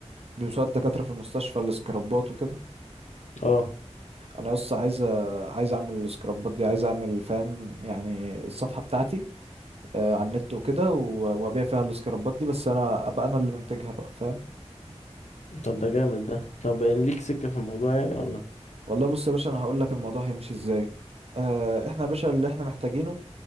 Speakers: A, on the right (about 60°); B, on the left (about 80°).
A: بيلبسوها الدكاترة في المستشفى السكرابات وكده
B: اه
A: انا بس عايز عايز اعمل السكرابات دي عايز اعمل فاهم يعني الصفحه بتاعتي آه، على النت وكده و- وابيع فيها السكرابات دي بس انا ابقى انا اللي منتجها بقى فاهم
B: طب ده جامد ده طب ان ليك سكة في الموضوع يعني ولا
A: والله بص يا باشا انا هقول لك الموضوع هيمشي ازاي آه، احنا يا باشا اللي احنا محتاجينه